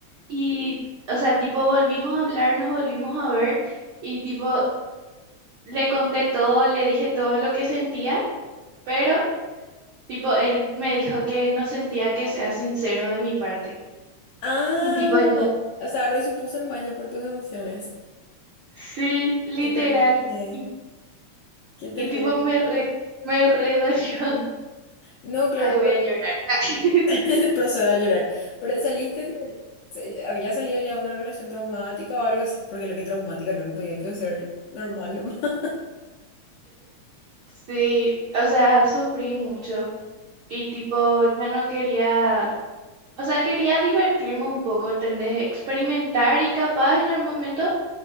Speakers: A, on the right (about 70°); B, on the left (about 75°).
A: y, o sea, tipo volvimos a hablar, nos volvimos a ver y tipo le conté todo, le dije todo lo que sentía, pero tipo él me dijo que no sentía que sea sincero de mi parte.
B: Ah,
A: Y tipo yo,
B: o sea, Roy supuso el malla por tus emociones.
A: sí, literal.
B: Qué terrible,
A: Y,
B: qué terrible.
A: y tipo me re, me re dolió. <laughs>
B: No, claro,
A: Ay,
B: pero
A: voy a llorar. <laughs>
B: <laughs> Procedo a llorar. Pero saliste, de- se- había salido ya de una relación traumática o algo así, porque lo que traumática lo no podía pues, ser normal nomás. <laughs>
A: Sí, o sea, sufrí mucho. Y tipo, ya no quería, o sea, quería divertirme un poco, ¿entendés? Experimentar y capaz en algún momento,